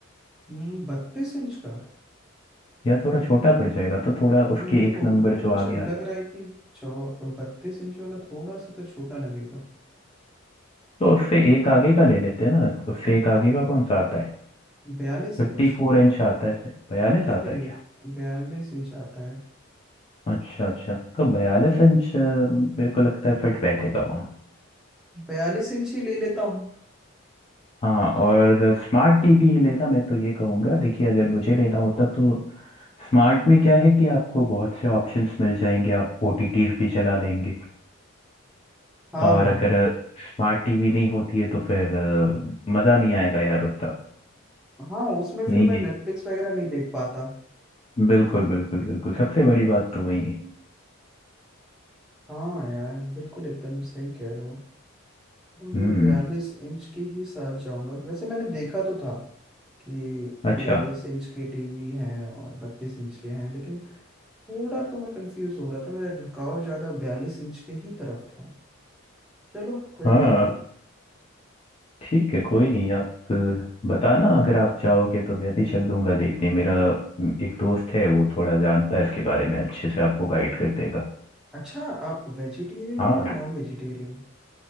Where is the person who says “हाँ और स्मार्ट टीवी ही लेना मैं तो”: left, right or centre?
Left